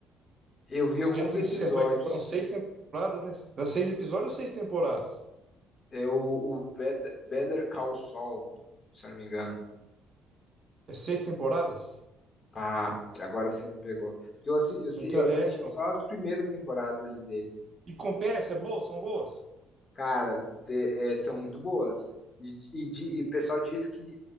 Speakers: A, on the left (about 30°); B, on the right (about 35°).
A: eu vi
B: Diz
A: alguns
B: que já tem,
A: episódios.
B: se- foi- foram seis temporadas, né? Era Seis episódios ou seis temporadas?
A: É o, o Better, Better Call Saul, se eu não me engano.
B: É seis temporadas?
A: Ah, agora sim me pegou. Porque eu, assi- eu, assi-
B: Então,
A: eu
B: é,
A: assisti
B: então.
A: só as primeiras temporadas ali dele.
B: E compensa, é boa? São boas?
A: Cara, te- é, são muito boas. E, e, di- e o pessoal diz que,